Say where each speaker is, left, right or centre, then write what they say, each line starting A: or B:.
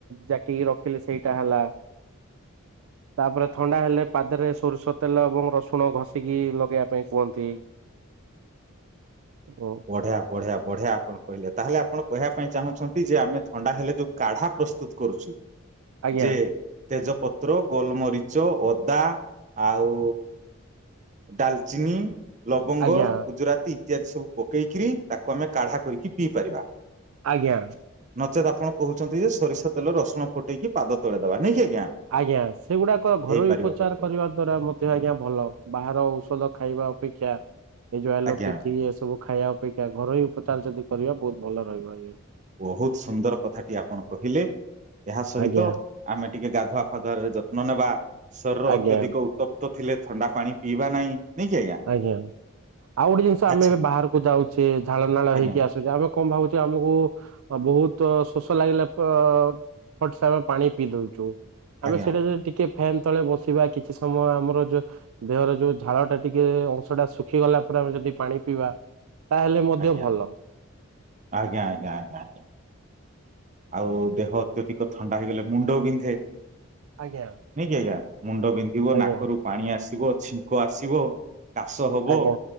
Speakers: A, on the right; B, on the right.
A: ଜାକିକି ରଖିଲି ସେଇଟା ହେଲା ତାପରେ ଥଣ୍ଡା ହେଲେ ପାଦରେ ସୋରିଷ ତେଲ ଏବଂ ରସୁଣ ଘଷିକି ଲଗେଇବା ପାଇଁ କୁହନ୍ତି। ଓ।
B: ବଢିଆ ବଢିଆ ବଢିଆ ଆପଣ କହିଲେ ତାହେଲେ ଆପଣ କହିବା ପାଇଁ ଚାହୁଁଛନ୍ତି ଯେ ଆମେ ଥଣ୍ଡା ହେଲେ ଯୋଉ କାଢା ପ୍ରସ୍ ତୁତ୍ କରୁଛୁ
A: ଆଜ୍ଞା
B: ଯେ ତେଜପତ୍ର ଗୋଲମରିଚ ଅଦା ଆଉ ଡାଲଚିନି ଲବଙ୍ଗ
A: ଆଜ୍ଞା
B: ଗୁଜୁରାତି ଇତ୍ୟାଦି ସବୁ ପକେଇକିରି ତାକୁ ଆମେ କାଢା କରିକି ପିଇ ପାରିବା।
A: ଆଜ୍ଞା।
B: ନଚେତ୍ ଆପଣ କହୁଛନ୍ତି ଯେ ସୋରିଷ ତେଲ ରସୁଣ ଫୁଟେଇକି ପାଦ ତଳେଦବା ନାଇଁ କି ଆଜ୍ଞା?
A: ଆଜ୍ଞା ସେଗୁଡାକ ଘରୋଇ
B: ହେଇପାରିବ
A: ଉପଚାର
B: ହେଇପାରିବ
A: କରିବା ଦ୍ଵାରା ମଧ୍ୟ ଆଜ୍ଞା ଭଲ ବାହାର ଔଷଧ ଖାଇବା ଅପେକ୍ଷା ଏ ଯୋଉ ଏଲପଥି
B: ଆଜ୍ଞା
A: ଏସବୁ ଖାଇବା ଅପେକ୍ଷା ଘରୋଇ ଉପଚାର ଯଦି କରିବା ବହୁତ ଭଲ ରହିବ ଆଇ
B: ବହୁତ ସୁନ୍ଦର କଥାଟି ଆପଣ କହିଲେ ଏହା ସହିତ
A: ଆଜ୍ଞା
B: ଆମେ ଟିକେ ଗାଧୁଆ ଫାଧୁଆରେ ଯତ୍ନନେବା ଶରୀରର
A: ଆଜ୍ଞା
B: ଅତ୍ୟଧିକ ଉ ତପ୍ତ ଥିଲେ ଥଣ୍ଡା ପାଣି ପିଇବା ନାହିଁ ନାଇଁ କି
A: ଆଜ୍ଞା ଆଉ ଗୋଟେ ଜିନିଷ ଆମେ
B: ଆଚ୍ଛା।
A: ଏବେ ବାହାରକୁ ଯାଉଛେ ଝାଳନାଳ
B: ଆଜ୍ଞା
A: ହେଇକି ଆସୁଛେ ଆମେ କଣ ଭାବୁଚେ ଆମକୁ ବହୁତ ଶୋଷ ଲାଗିଲା ପ ପଟସା ଆମେ ପାଣି ପିଇ ଦଉଚୁ। ଆମେ
B: ଆଜ୍ଞା
A: ସେଇଟା ଯୋଉ ଟିକେ ଫ୍ୟାନ୍ ତଳେ ବସିବା କିଛି ସମୟ ଆମର ଯୋଉ ଦେହର ଯୋଉ ଝାଳଟା ଟିକେ ଅଂଶଟା ଶୁଖିଗଲା ପରେ ଆମେ ଯଦି ପାଣି ପିଇବା ତାହେଲେ ମଧ୍ୟ
B: ଆଜ୍ଞା
A: ଭଲ।
B: ଆଜ୍ଞା ଆଜ୍ଞା ଆଜ୍ଞା ଆଜ୍ଞା। ଆଉ ଦେହ ଅତ୍ୟଧିକ ଥଣ୍ଡା ହେଇଗଲେ ମୁଣ୍ଡ ବିନ୍ଧେ
A: ଆଜ୍ଞା।
B: ନାଇଁକି ଆଜ୍ଞା ମୁଣ୍ଡ ବିନ୍ଧିବ
A: ଆଜ୍ଞା
B: ନାକରୁ ପାଣି ଆସିବ ଛିଙ୍କ ଆସିବ କାଶ ହବ
A: ଆଜ୍ଞା